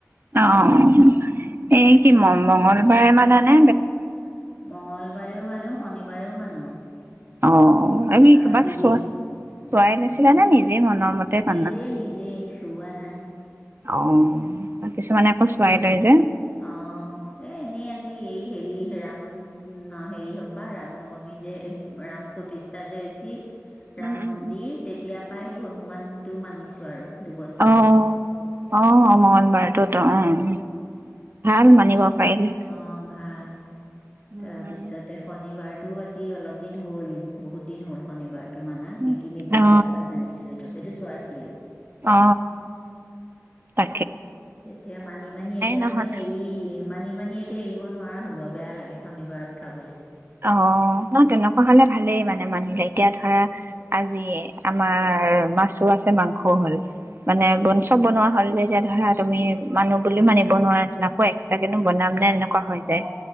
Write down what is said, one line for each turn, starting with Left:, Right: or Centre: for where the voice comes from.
Right: অঁ এই কি ম- মঙলবাৰে মানানে
Left: মঙ্গলবাৰেও মানো শনিবাৰেও মানো।
Right: অ',
Left: সপ্তাহত
Right: এই কিবাক
Left: দুদিন
Right: চোৱা চোৱাই লৈছিলা নে, নিজেই মনৰ মতে <unintelligible>
Left: নিজে নিজে চোৱা নাই
Right: অ', কিছুমানে আকৌ চোৱাই লয় যে!
Left: অ', ‌ এ এনেই আজি এই হেৰি, ৰাম ন হেৰি হোৱাপা, ৰাম নৱমী যে হে ৰাম প্ৰতিষ্ঠা যে হৈছিল ৰাম
Right: উম উম
Left: মন্দিৰ, তেতিয়াৰ পৰা সেই হনুমান টো মানিছো আৰু। দুবছৰ
Right: আহ
Left: হৈছে
Right: আহ মঙ্ঙলবাৰেটোত অ ভাল মানিব পাৰিলে
Left: অ' ভাল।
Right: উম
Left: তাৰপিছতে শনিবাৰ তটো আজি অলপ দিন হ'ল বহুত দিন হ'ল শনিবাৰ <unintelligible>
Right: উম অ
Left: দিয়া পাই মানিছো সেইটো সেইটো চোৱাইছিলো
Right: অ ত
Left: তেতিয়া মানি মানি এতিয়া
Right: নহয়
Left: মানে হেৰি, মানি মানি এতিয়া এৰিব নোৱাৰা হলোঁ আৰু, বেয়া লাগে। শনিবাৰত খাবলৈ
Right: অ ন তেনেকুৱা হলে ভালেই মানে মানিলে এতিয়া ধৰা আজি আমাৰ মাছো আছে মাংসও হ'ল মানে
Left: উম
Right: বন চব বনোৱা হ'ল যে এতিয়া ধৰা তুমি মানুহ বুলি মানিব নোৱাৰা নিচিনা। আকৌ এক্সট্ৰা কেনো বনাম নে হৈ
Left: অ,
Right: যায়